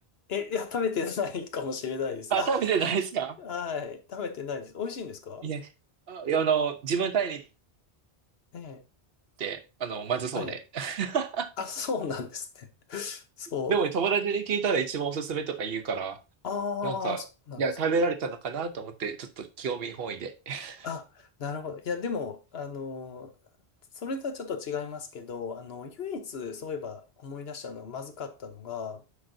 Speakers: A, on the left; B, on the right.
A: え、いや、食べてないかもしれないです。
B: あ、
A: あ、
B: 食べてないですか
A: はい。食べてないです。美味しいんですか
B: いや、あ、いやあの、自分タイに行っ
A: ええ。
B: て、あの、まずそうで。
A: はい。
B: <laughs>
A: あ、そうなんですね。<laughs> そう。
B: でも友達に聞いたら一番おすすめとか言うから、
A: ああ、
B: なんか、
A: そうなんですか。
B: いや、食べられたのかなと思って、ちょっと興味本位で。<laughs>
A: あ、なるほど。いや、でも、あのそれとはちょっと違いますけど、あの、唯一、そういえば思い出したのがまずかったのが、